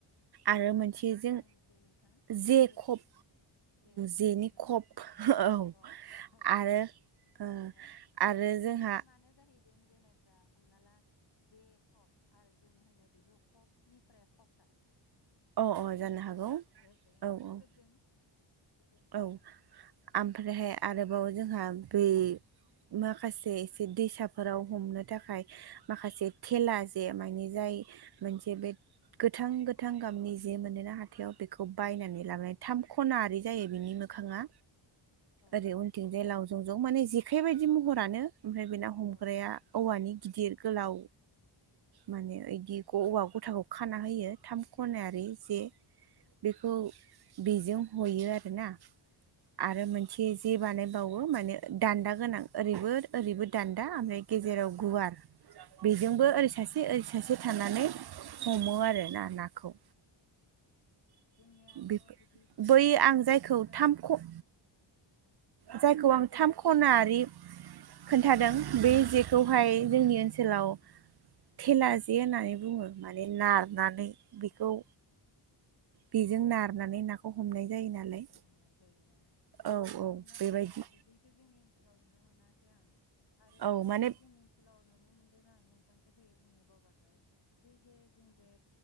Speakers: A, on the right; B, on the left.
A: आरो
B: मा होननानै
A: मोनसे
B: बुङो
A: जों
B: होनखो नोंथां
A: जे
B: जेख'
A: खप
B: जेखप
A: जेनि
B: ना
A: खप
B: ओं।
A: औ
B: अ ह अ
A: आरो ओ
B: ओं ओ
A: आरो
B: एस
A: जोंहा
B: एसे माने जाहै जेनेबा हमना ला जेखब आरो जों होनो बेखौ खफनिफ्राय खफ्रा
A: अ अ
B: नङा
A: जानो
B: होमबा
A: हागौ
B: ओं ओं
A: औ
B: गोरोबदों।
A: औ
B: गोरोबदों
A: औ
B: आरो
A: आमफ्रायहाय आरोबाव जोंहा बै माखासे एसे दैसाफोराव हमनो थाखाय माखासे थेला जे माने जाय मोनसे बे गोथां गोथां गाबनि जे मोनोना हाथायाव बेखौ बायनानै लाबोनानै थाम खनाआरि जायो बिनि मोखाङा
B: अ
A: ओरै उन थिंजाय लावजं जं माने जेखाइ बायदि महरानो ओमफ्राय बेना हमग्राया
B: औ ओ
A: औवानि गिदिर गोलाव माने बिदि औवा गथाखौ खाना होयो थाम खनायारि जे बेखौ बेजों हयो आरोना। आरो मोनसे जे बानायबावो माने दान्दा गोनां ओरैबो ओरैबो दान्दा ओमफ्राय गेजेराव गुवार बेजोंबो
B: औ
A: ओरै सासे ओरै सासे थानानै हमो
B: औ
A: आरोना नाखौ।
B: औ जोंनियाख'
A: बे
B: बिदिखो
A: बै
B: नुफेराखै
A: आं जायखौ
B: बारु
A: थाम ख
B: औ
A: जायखौ आं थाम खना आरि खोन्थादों
B: औ
A: बे जेखौहाय
B: औ
A: जोंनि ओनसोलाव
B: औ
A: थेला जे होननानै बुङो माने नारनानै बेखौ बेजों नारनानै नाखौ हमनाय जायो। नालाय
B: नाखौ हमनाय जायो औ।
A: औ
B: जों
A: औ
B: नाथाय
A: बेबायदि
B: बिदिखौ जोंनि ओन सोलाव नुनो मोनाखै आं। आरोबाव
A: औ
B: मोनसे
A: माने
B: जोंनि ओनसोलाव नुनो मोनदों आं नोंथांखौ दि बुंनो बावगारबाय बे जे जों जे